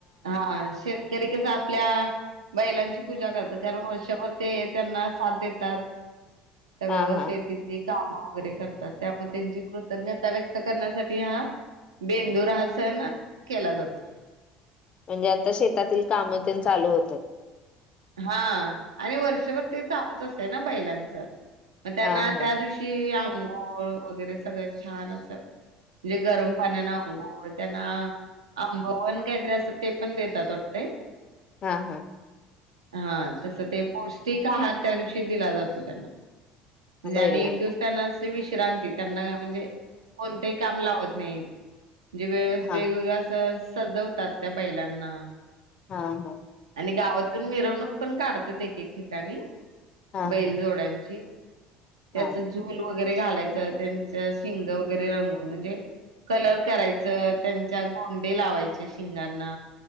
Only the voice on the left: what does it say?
हा हा
म्हणजे आता शेतातील काम तेन चालू होतात.
हा हा
हा हा
बैलांना
हा
हा हा
हा
हा
हा